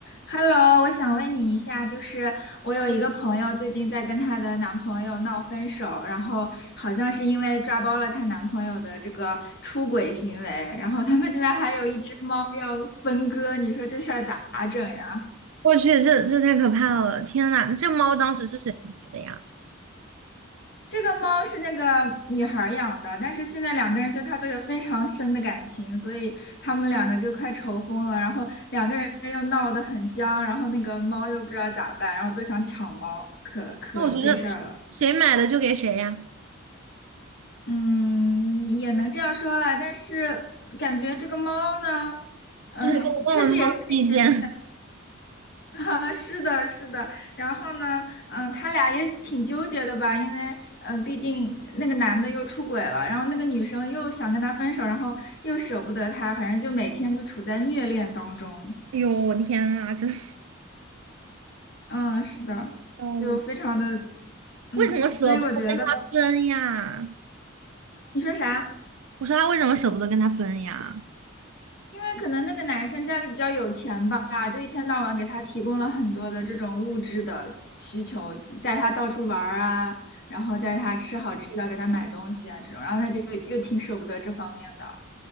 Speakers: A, on the left; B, on the right.
A: Hello，我想问你一下，就是我有一个朋友最近在跟她的男朋友闹分手，然后好像是因为抓包了她男朋友的这个出轨行为，然后他们现在还有一只猫要分割，你说这事儿咋整呀？
B: 我去，这这太可怕了！天呐，这猫当时是谁买的呀？
A: 这个猫是那个女孩儿养的，但是现在两个人对她都有非常深的感情，所以他们两个就快愁疯了，然后两个人又闹得很僵，然后那个猫又不知道咋办，然后都想抢猫，可可费事儿了。
B: 那我觉得谁买的就给谁呀，
A: 嗯，也能这样说啦，但是感觉这个猫呢，嗯、
B: 就是跟我问问猫的意见。
A: 确实也是挺神
B: <laughs>
A: <laughs> 啊，是的，是的。然后呢，嗯、他俩也挺纠结的吧，因为嗯、呃毕竟那个男的又出轨了，然后那个女生又想跟他分手，然后又舍不得他，反正就每天就处在虐恋当中。
B: 哎呦，我天呐，真是
A: 嗯，是的，
B: 哦，
A: 就非常的，嗯，
B: 为什么舍不得跟他分呀？
A: 所以我觉得你说啥？
B: 我说他为什么舍不得跟他分呀？
A: 因为可能那个男生家里比较有钱吧，就一天到晚给他提供了很多的这种物质的需求，带他到处玩儿啊，然后带他吃好吃的，给他买东西啊这种，然后他就又挺舍不得这方面的。